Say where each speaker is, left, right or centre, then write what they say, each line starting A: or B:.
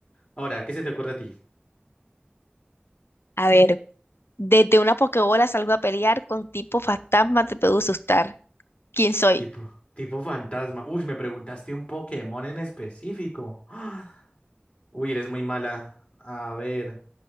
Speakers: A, on the left; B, on the left.
A: Ahora, ¿qué se te ocurre a ti?
B: A ver, desde una Pokébola salgo a pelear con tipo fantasma, te puedo asustar. ¿Quién soy?
A: Tipo, tipo fantasma. Uy, me preguntaste un Pokémon en específico. <gasps> Uy, eres muy mala. A ver,